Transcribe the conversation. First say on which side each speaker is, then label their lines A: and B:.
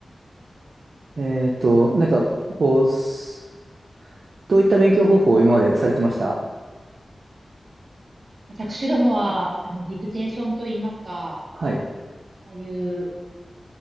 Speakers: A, on the right; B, on the right.
A: えっと、なんか、こう、すどういった勉強方法を今までされてました
B: 私どもは、あの、ディクテーションと言いますか、
A: はい。
B: ああいう